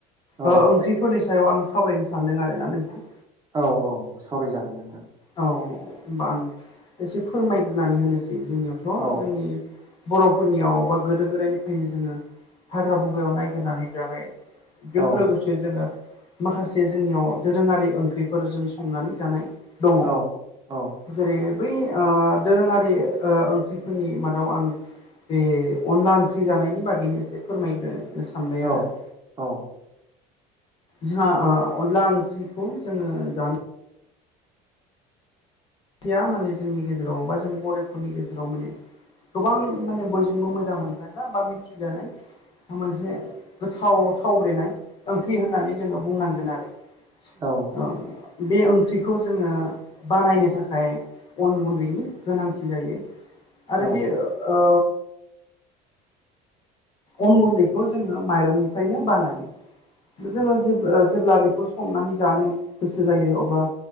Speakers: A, on the right (about 25°); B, on the left (about 30°).
A: औ
B: ओ ओंख्रिफोरनि सायाव आं सावरायनो सानदों आर ना नोंथां
A: औ औ सावरायजागोन नोंथां
B: औ होमबा आं एसे फोरमायग्रोनानै होनोसै जोंनियावथ'
A: औ
B: जोंनि बर'फोरनियाव बा गोदो गोदायनिफ्रायनो जोङो हाग्रा बंग्रायाव नायगिरनानै जानाय जों
A: औ
B: लोगोसे जोङो माखासे जोंनियाव दोरोङारि ओंख्रिफोरजों संनानै जानाय दङ'
A: औ औ
B: जेरै बै ओ दोरोङारि ओ ओंख्रिफोरनि मादाव आं बे अनला ओंख्रि जानायनि बागैनो एसे फोरमायगोनो सानबाय
A: औ
B: आरो आं
A: औ
B: जोंहा ओ अनला ओंख्रिखौ जोङो जानो या माने जोंनि गेजेराव बा जों बर'फोरनि गेजेराव माने गोबां माने बयजोंबो मोजां मोनजाग्रा बा मिथिजानाय मोनसे गोथाव थावब्रेनाय ओंख्रि होननानै जोङो बुंनांगोन आरो
A: औ।
B: ओ बे ओंख्रिखौ जोङो बानायनो थाख खाय अन गुन्दैनि गोनांथि जायो आरो
A: औ
B: बे ओ अन गुन्दैखौ जोङो माइरंनिफ्रायनो बानायो जोङो जे ओ जेब्ला बेखौ संनानै जानो गोसो जायो अब्ला